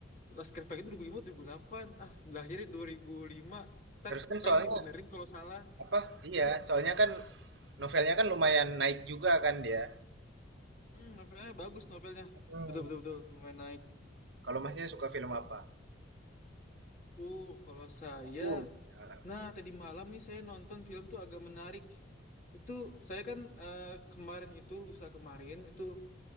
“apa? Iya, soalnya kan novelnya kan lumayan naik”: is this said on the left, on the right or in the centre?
Right